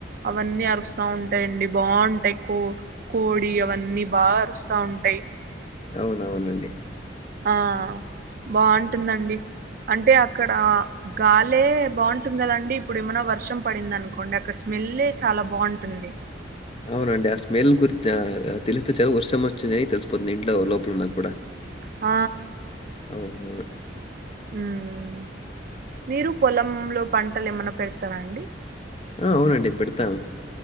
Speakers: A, on the right; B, on the left.
A: అవన్నీ అరుస్తా ఉంటాయండి బాగుంటాయి కో కోడి అవన్నీ బాగా అరుస్తా ఉంటాయి
B: అవునవునండి
A: ఆ బావుంటుందండి అంటే అక్కడ గాలే బాగుంటుంది గదండి ఇప్పుడు ఏమన్నా వర్షం పడింది అనుకోండి అక్కడ స్మెల్ చాలా బాగుంటుంది
B: అవునండి ఆ స్మెల్ గుర్తే ఆ తెలిస్తే చాలు వర్షం వచ్చేదని తెలిసిపోతుంది ఇంట్లో లోపల ఉన్నా కూడా
A: ఆ
B: అవునా
A: ఉమా మీరు పొలంలో పంటలు ఏమన్నా పెడతారండి
B: ఆ అవునండి పెడతాం